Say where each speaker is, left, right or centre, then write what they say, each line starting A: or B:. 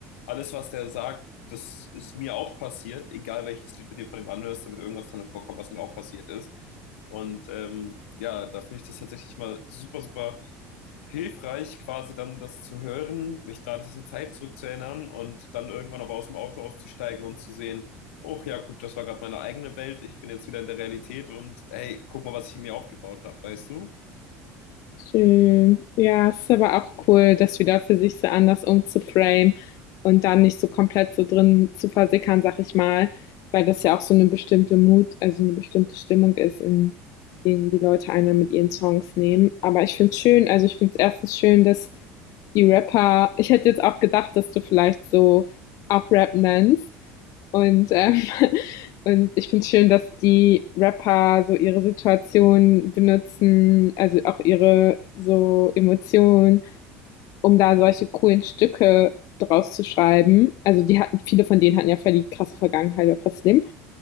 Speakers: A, on the left (about 85°); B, on the left (about 60°).
A: alles, was der sagt, das ist mir auch passiert, egal welches Lied du dir von ihm anhörst, da wird irgendwas drin vorkommen, was mir auch passiert ist. Und ähm, ja, da finde ich das tatsächlich mal super, super hilfreich, quasi dann das zu hören, mich da an diese Zeit zurückzuerinnern und dann irgendwann aber aus dem Auto auszusteigen und zu sehen, oh ja, gut, das war gerade meine eigene Welt, ich bin jetzt wieder in der Realität und hey, guck mal, was ich mir aufgebaut habe, weißt du?
B: Schön. Ja, es ist aber auch cool, das wieder für sich so anders umzuframen und dann nicht so komplett so drin zu versickern, sag ich mal, weil das ja auch so eine bestimmte Mut, also eine bestimmte Stimmung ist, in denen die Leute einer mit ihren Songs nehmen. Aber ich finde es schön, also ich finde es erstens schön, dass die Rapper, ich hätte jetzt auch gedacht, dass du vielleicht so auch Rap nennst, und, ähm, <laughs> und ich finde es schön, dass die Rapper so ihre Situation benutzen, also auch ihre so Emotionen, um da solche coolen Stücke draus zu schreiben. Also die hatten, viele von denen hatten ja voll die krasse Vergangenheit oder krasses Leben.